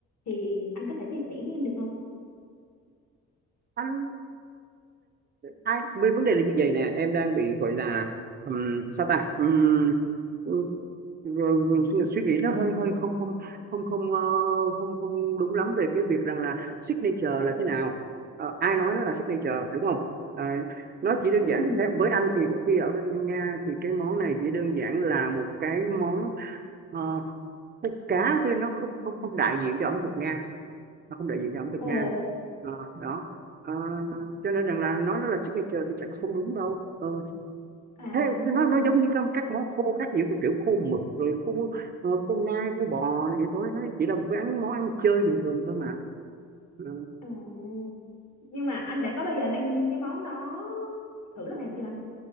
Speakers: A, on the left; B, on the right.
A: thì anh có thể chia sẻ với em được không?
B: anh hai mươi vấn đề là như vậy nè em đang bị gọi là ừm, sao ta Ừm, ừ, ừ, suy, suy nghĩ nó hơi hơi không không không không ờ, không không đúng lắm về cái việc rằng là signature là thế nào Ờ, ai nói nó là signature đúng không Ờ, nó chỉ đơn
A: Ừ.
B: giản theo với anh thì khi ở bên Nga thì cái món này chỉ đơn giản là một cái món ờ, khúc cá thôi nó không không không đại diện cho ẩm thực Nga nó không đại diện cho ẩm thực
A: Ồ,
B: Nga Ờ, đó Ờ, cho nên rằng là nói nó là signature thì chắc là không đúng đâu Ờ,
A: À,
B: thế thì nó nó giống như các, các món khô khác giữa kiểu khô mực rồi khô ờ, khô nai khô bò rồi vậy thôi nó chỉ là một cái ăn món ăn chơi bình thường thôi mà Ờ,
A: à. Nhưng mà anh đã có bao giờ anh ăn cái món đó thử lần nào chưa anh?